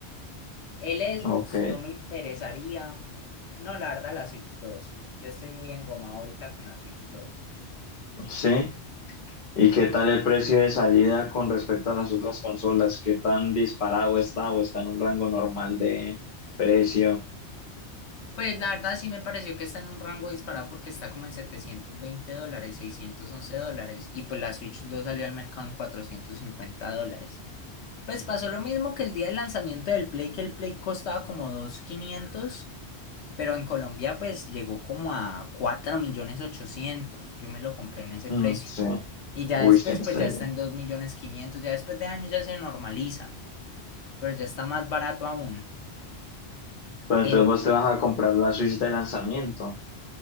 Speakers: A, on the left; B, on the left.
A: El Xbox
B: Ok,
A: no me interesaría. No, la verdad, la Switch 2. Yo estoy muy engomado ahorita con la Switch 2.
B: sí. ¿Y qué tal el precio de salida con respecto a las otras consolas? ¿Qué tan disparado está o está en un rango normal de precio?
A: Pues la verdad sí me pareció que está en un rango disparado porque está como en 720 dólares, 611 dólares. Y pues la Switch 2 salió al mercado en 450 dólares. Pues pasó lo mismo que el día del lanzamiento del Play, que el Play costaba como 2.500, pero en Colombia pues llegó como a 4.800.000. Yo me lo compré en ese
B: Mm,
A: precio.
B: sí,
A: Y ya
B: uy,
A: después,
B: sí, en
A: pues
B: serio.
A: ya está en 2.500.000, ya después de años ya se normaliza, pero ya está más barato aún.
B: Pero
A: En,
B: entonces vos te vas a comprar la Switch de lanzamiento.